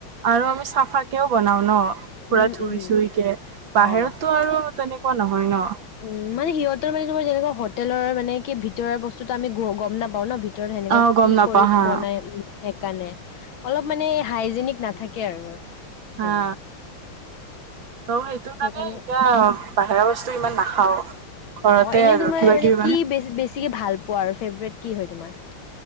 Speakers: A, on the right; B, on the left.
A: আৰু আমি চাফাকেও বনাওঁ ন? পুৰা
B: উম,
A: ধুই
B: উম,
A: চুই কে বাহিৰতটো
B: অ'।
A: আৰু তেনেকুৱা নহয় ন।
B: উম মানে সিহঁতৰ মানে তোমাৰ যেনেকা হোটেলৰ মানে কি ভিতৰুৱা বস্তুতটো আমি গম নাপাওঁ ন। ভিতৰত সেনেকুৱা
A: অ', গম
B: কি
A: নাপাওঁ
B: কৰি
A: হা,
B: বনাই উম। সেইকাৰণে অলপ মানে হাইজেনিক নাথাকে আৰু।
A: হা
B: সেইবোৰ
A: ত সেইটো
B: সেইকাৰণে
A: মানে এতিয়া বাহিৰাৰ বস্তু ইমান নাখাওঁ। ঘৰতে
B: অঁ এনে
A: আৰু
B: তোমাৰ
A: কিবা
B: মানে
A: কিবি
B: কি বে বেছিকে ভাল পোৱা আৰু ফেভৰেট কি হয় তোমাৰ?